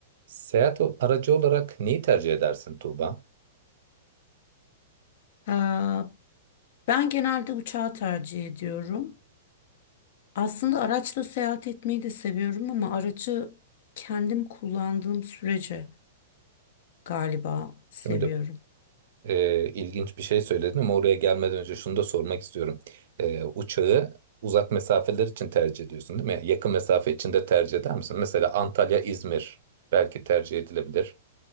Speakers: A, on the right; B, on the left.
A: Seyahat o- aracı olarak neyi tercih edersin Tuğba?
B: Ee, Ben genelde uçağı tercih ediyorum. Aslında araçla seyahat etmeyi de seviyorum ama aracı kendim kullandığım sürece galiba seviyorum.
A: Şimdi e, ilginç bir şey söyledin ama oraya gelmeden önce şunu da sormak istiyorum. E, uçağı uzak mesafeler için tercih ediyorsun değil mi? Yakın mesafe için de tercih eder misin? Mesela Antalya, İzmir belki tercih edilebilir.